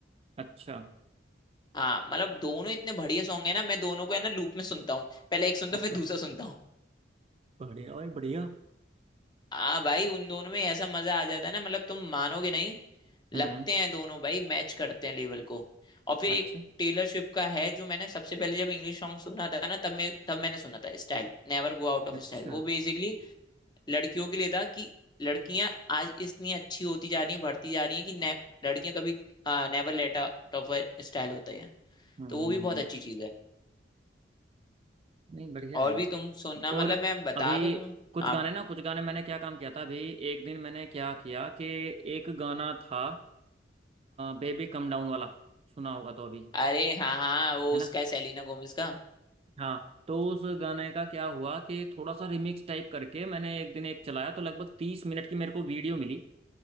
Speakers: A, on the right; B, on the left.
A: अच्छा
B: हाँ मतलब दोनों इतने बढ़िया सॉन्ग है ना मैं दोनों को है ना लूप में सुनता हूँ पहले एक सुनता
A: अच्छा
B: हूँ फिर दूसरा सुनता हूँ
A: बढ़िया और बढ़िया
B: आ भाई उन दोनों में ऐसा मजा आ जाता है ना मतलब तुम मानोगे नहीं लगते
A: हम्म
B: हैं दोनों भाई मैच करते हैं लेवल को और फिर
A: अच्छा
B: एक टेलर स्विफ्ट का है जो मैंने सबसे पहले जब इंग्लिश सॉन्ग सुना था ना तब मैं तब मैंने सुना था style never go out of
A: अच्छा
B: style वो बेसिकली लड़कियों के लिए था कि लड़कियां आज इतनी अच्छी होती जा रही हैं बढ़ती जा रही हैं कि ने, लड़कियां कभी never let out of style होता है
A: हम्म
B: तो वो भी बहुत अच्छी चीज है
A: नहीं बढ़िया
B: और
A: है
B: भी तुम सुनना मतलब
A: और
B: मैं बता
A: अभी
B: तो तुम्हें
A: कुछ
B: हाँ
A: गाने ना कुछ गाने मैंने क्या काम किया था अभी एक दिन मैंने क्या किया कि एक गाना था बेबी कम डाउन वाला सुना होगा तो अभी
B: अरे हाँ हाँ वो
A: है
B: उसका
A: ना
B: है, सेलिना गोमेज का
A: हाँ तो उस गाने का क्या हुआ कि थोड़ा सा रिमिक्स टाइप करके मैंने एक दिन एक चलाया तो लगभग तीस मिनट की मेरे को वीडियो मिली